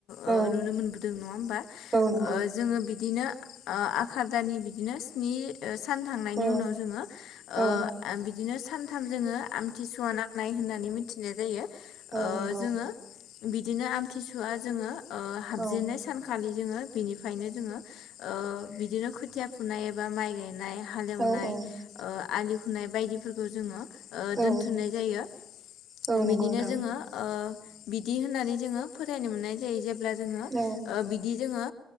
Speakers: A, on the left (about 85°); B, on the right (about 40°).
A: ओ
B: औ
A: नुनो मोनबोदों नङा होमबा
B: औ नंगौ
A: जोङो बि बिदिनो ओ आखार दाननि बिदिनो स्नि सान थांनायनि
B: औ
A: उनाव जोङो ओ
B: औ
A: आ बिदिनो सानथाम जोङो आमथिसुवा नांनाय होननानै मिथिनाय जायो।
B: औ
A: ओ
B: नंगौ।
A: जोङो बिदिनो आमथिसुवा जोङो ओ हाबजेननाय
B: औ
A: सानखालि जोङो बिनिफ्रायनो जोङो ओ बिदिनो खोथिया फुनाय एबा माइ गायनाय हालेवनाय
B: औ औ
A: ओ आलि खुनाय बायदिफोरखौ जोङो ओ
B: औ
A: दोनथुमनाय जायो
B: औ नंगौ
A: बिदिनो
B: नोंथां
A: जोङो ओ। बिदि होननानै जोङो फरायनो मोननाय जायो जेब्ला जोङो
B: औ
A: बिदि जोङो